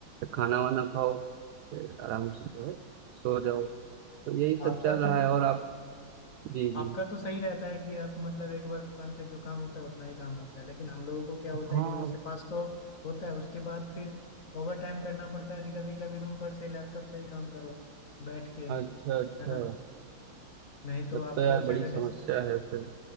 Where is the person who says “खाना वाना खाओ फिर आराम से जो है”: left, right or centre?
Right